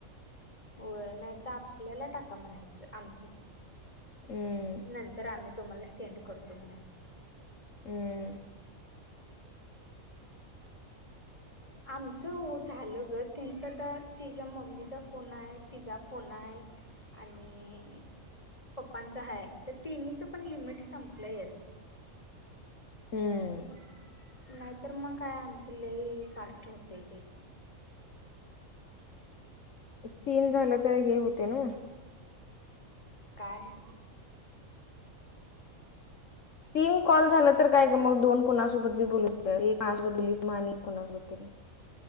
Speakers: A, on the left (about 25°); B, on the left (about 65°).
A: होय नाही तर आपल्याला टाका म्हणायचं आमचंच
B: हम्म
A: नंतर आम्ही. तुम्हाला सेंड करतो म्हणायच.
B: हम्म
A: <inaudible> आमच हो झाल ग. त्यांच तर तिच्या मम्मीचा फोन आहे. तिचा फोन आहे. आणि पप्पांच हाय. तर तिनीच पण लिमिट संपलय याच.
B: हम्म
A: मग, नाहीतर मग काय आमच लई फास्ट होतय ते.
B: तीन झाल तर हे होते ना.
A: काय?
B: तीन कॉल झाल तर काय का मग दोन कोणासोबत बी बोलू शकतो. एक कोणासोबत बोललीस आणि एक कोणासोबत तरी